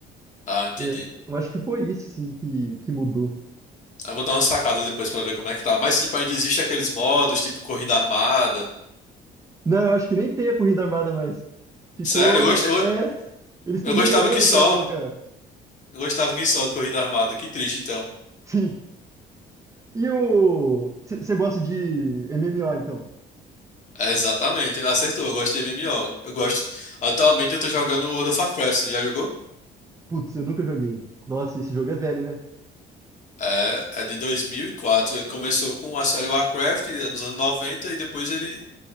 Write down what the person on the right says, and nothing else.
Eu, eu acho que foi isso, assim, que, que mudou.
Não, eu acho que nem tem a corrida armada mais. Ficou.
É. Eles estão
demorando
para colocar.
<laughs> Sim. E o. Você gosta de MMO, então?
Putz, eu nunca joguei. Nossa, esse jogo é velho, né?